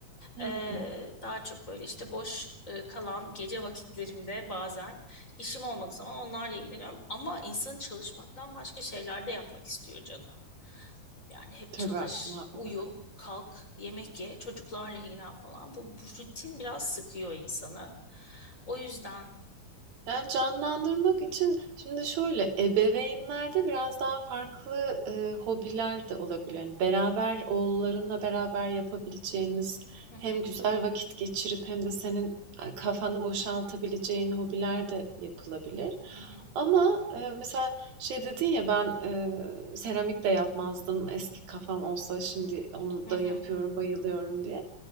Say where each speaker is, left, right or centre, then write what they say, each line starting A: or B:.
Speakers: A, on the right; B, on the left.
A: Hmm,
B: Ee, daha çok böyle işte boş e, kalan gece vakitlerimde bazen işim olmadığı zaman onlarla ilgileniyorum. Ama insanın çalışmaktan başka şeyler de yapmak istiyor canı. Yani hep
A: tabii
B: çalış,
A: muhakkak.
B: uyu, kalk, yemek ye, çocuklarla ilgilen falan. Bu, bu rutin biraz sıkıyor insanı. O yüzden.
A: Yani canlandırmak için şimdi şöyle ebeveynlerde biraz daha farklı e, hobiler de olabilir. Yani beraber oğullarınla beraber yapabileceğiniz
B: Hı hı,
A: hem güzel vakit geçirip hem de senin e, kafanı boşaltabileceğin hobiler de yapılabilir.
B: hı hı,
A: Ama e, mesela şey dedin ya ben e, seramik de yapmazdım. Eski kafam olsa şimdi onu
B: hı hı.
A: da yapıyorum, bayılıyorum diye.